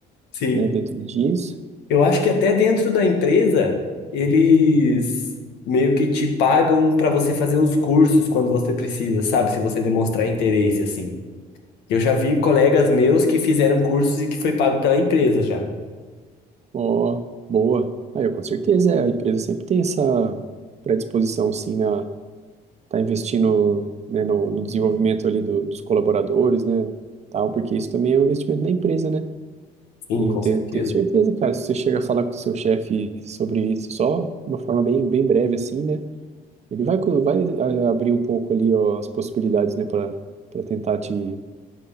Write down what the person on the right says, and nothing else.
né, dentro disso.
Ó, boa. Aí, eu com certeza, é, a empresa sempre tem essa predisposição, sim, na tá investindo, né, no, no desenvolvimento ali do- dos colaboradores, né, tal, porque isso também é um investimento na empresa, né?
E
eu tenho,
tenho certeza, cara, se você chega a falar com o seu chefe sobre isso só de uma forma bem, bem breve, assim, né? Ele vai, co- vai a- abrir um pouco ali, ó, as possibilidades, né, para para tentar te,